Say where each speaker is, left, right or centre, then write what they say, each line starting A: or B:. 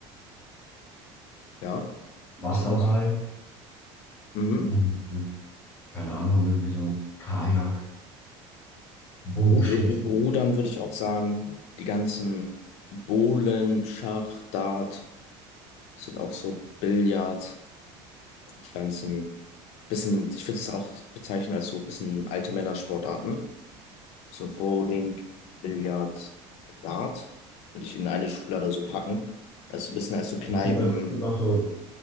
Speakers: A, on the left; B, on the left.
A: Ja,
B: Wasserball,
A: sowas. Mhm.
B: mhm, keine Ahnung, irgendwie so Kajak, Bogenschießen.
A: Rud Ru- Rudern würde ich auch sagen. Die ganzen Bohlen, Schach, Dart sind auch so Billard. Die ganzen bisschen, ich würde es auch bezeichnen als so bisschen alte Männersportarten. So Bowling, Billard, Dart würde ich in eine Schublade so packen. Also ein bisschen als so Kneipen.
B: Es gibt, auch- es gibt auch so